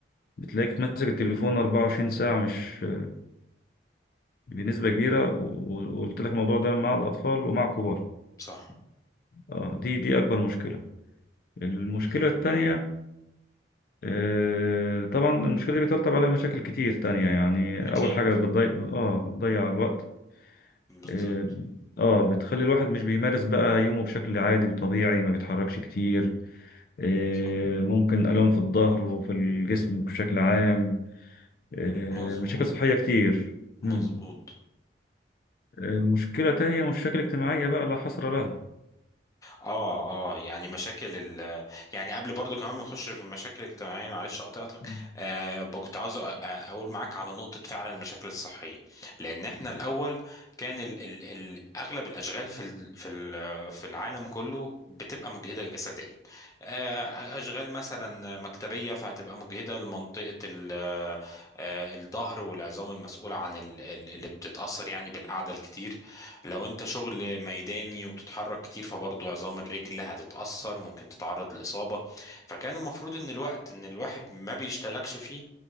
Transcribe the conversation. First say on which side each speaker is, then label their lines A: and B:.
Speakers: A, on the left; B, on the left.
A: بتلاقيك ماسك التليفون 24 ساعة مش بنسبة كبيرة و- و- وقلت لك الموضوع ده مع الأطفال ومع الكبار
B: صح
A: اه دي دي أكبر مشكلة المشكلة
B: مم.
A: التانية آه طبعا المشكلة دي بيترتب عليها مشاكل كتير تانية يعني
B: اكيد
A: أول حاجة بتضيع اه بتضيع الوقت
B: بالظبط
A: اه آه، بتخلي الواحد مش بيمارس بقى يومه بشكل عادي وطبيعي ما بيتحركش كتير آه
B: صح
A: ممكن آلام في الظهر وفي الجسم بشكل عام آه
B: مظبوط
A: مشاكل صحية كتير مم.
B: مظبوط
A: آه مشكلة تانية مشاكل اجتماعية بقى لا حصر لها
B: اه اه يعني مشاكل ال يعني قبل برضو كمان ما نخش في المشاكل الاجتماعيه معلش قطعتك
A: مم.
B: آه ب- كنت عاوز أ- أ- اقول معاك على نقطه فعلا المشاكل الصحيه لان احنا الاول كان ال ال ال اغلب الاشغال في ال في ال في العالم كله بتبقى مجهده جسديا آه اشغال مثلا مكتبيه فهتبقى مجهده لمنطقه ال- آه، الظهر والعظام المسؤوله عن ال ال اللي بتتاثر يعني بالقعده الكتير لو انت شغل ميداني وبتتحرك كتير فبرضه عظام الرجل هتتأثر ممكن تتعرض لإصابة فكان المفروض ان الوقت ان الواحد ما بيشتغلش فيه